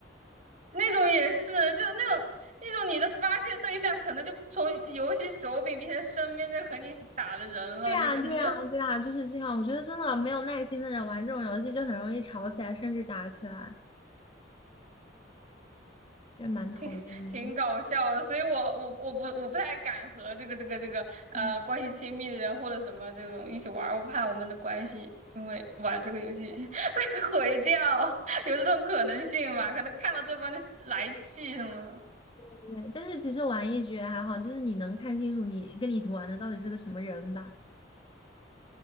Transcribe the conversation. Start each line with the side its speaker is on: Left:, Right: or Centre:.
Right: 那种也是，就是那种那种你的发泄对象可能就从游戏手柄变成身边在和你一起打的人了，
Left: 对呀，
Right: 你可能就
Left: 对呀，对呀，就是这样。我觉得真的没有耐心的人玩这种游戏就很容易吵起来，甚至打起来，也蛮讨厌的。
Right: <laughs> 挺搞笑的。所以我我我不我不太敢和这个这个这个呃关系亲密的人或者什么这种一起玩儿我怕我们的关系因为玩这个游戏
Left: 嗯
Right: <laughs> 被毁掉，有这种可能性嘛？可能看到对方就来气什么的，
Left: 对，但是其实玩一局还好，就是你能看清楚你跟你一起玩的到底是个什么人吧。